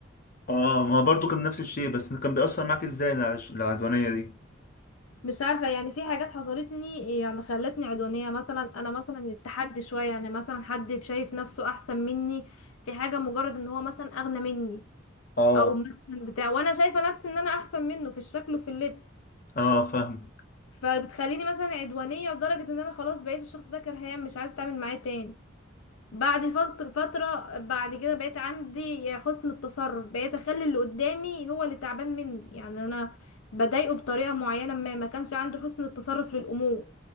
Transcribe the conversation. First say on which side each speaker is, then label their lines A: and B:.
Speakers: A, on the left; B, on the left.
A: آه ما برضو كان نفس الشيء بس كان بيأثر معاك إزاي العش- العدوانية دي؟
B: مش عارفه يعني في حاجات حصلتني يعني خلتني عدوانيه مثلا انا مثلا التحدي شويه يعني مثلا حد شايف نفسه احسن مني في حاجه مجرد ان هو مثلا اغنى مني
A: اه
B: او مثلا بتاع وانا شايفه نفسي ان انا احسن منه في الشكل وفي اللبس
A: آه فاهم
B: فبتخليني مثلا عدوانية لدرجة ان انا خلاص بقيت الشخص ده كرهاه مش عايزة اتعامل معاه تاني بعد فت- فترة بعد كده بقيت عندي حسن التصرف بقيت اخلي اللي قدامي هو اللي تعبان مني يعني انا بضايقه بطريقة معينة ما ما كانش عندي حسن التصرف للامور